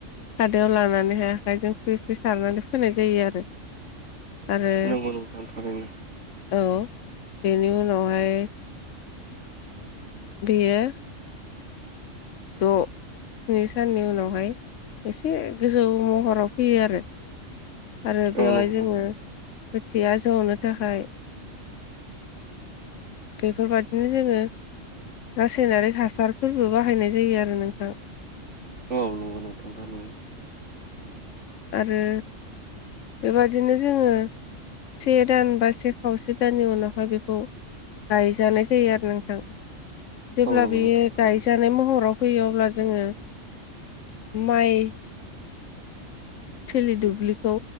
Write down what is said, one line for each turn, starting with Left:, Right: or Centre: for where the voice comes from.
Left: खादायाव लानानैहाय आखायजों फ्रि फ्रि सारनानै फोनाय जायो आरो। आरो
Right: नंगौ नोंथां थारैनो।
Left: औ बेनि उनावहाय बेयो द' स्नि साननि उनावहाय एसे गोजौ महराव फैयो आरो। आरो बेवहाय
Right: औ नंगौ
Left: जोङो
Right: नोंथां
Left: खोथिया जौनो थाखाय बेफोरबायाददिनो जोङो रासायनारि हासारफोरबो बाहायनाय जायो आरो नोंथां।
Right: औ नंगौ नोंथां थारैनो।
Left: आरो बेबादिनो जोङो से दान बा से खावसे दाननि उनावहाय बेखौ गायजानाय जायो आरो जेब्ला
Right: औ नंगौ
Left: गायजा
Right: नोंथां थारैनो
Left: हानाय महराव फैयो अब्ला जोङो माइ थिलि दुब्लिखौ